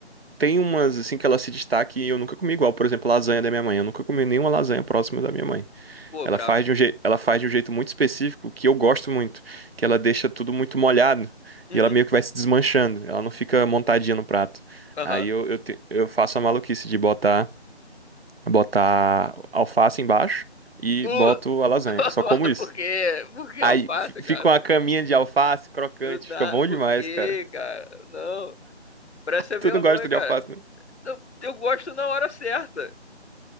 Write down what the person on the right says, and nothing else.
tem umas assim que ela se destaca e eu nunca comi igual. Por exemplo, lasanha da minha mãe. Eu nunca comi nenhuma lasanha próxima da minha mãe.
Ela
faz de um jeito, ela faz de um jeito muito específico que eu gosto muito, que ela deixa tudo muito molhado
e ela meio que vai se desmanchando. Ela não fica montadinha no prato.
Aí eu, eu, te- eu faço a maluquice de botar, botar alface embaixo e
boto a lasanha.
Só como isso.
Aí
f- fica
uma
caminha
de alface crocante,
fica bom
demais,
cara.
Tu
não
gosta de
alface, né?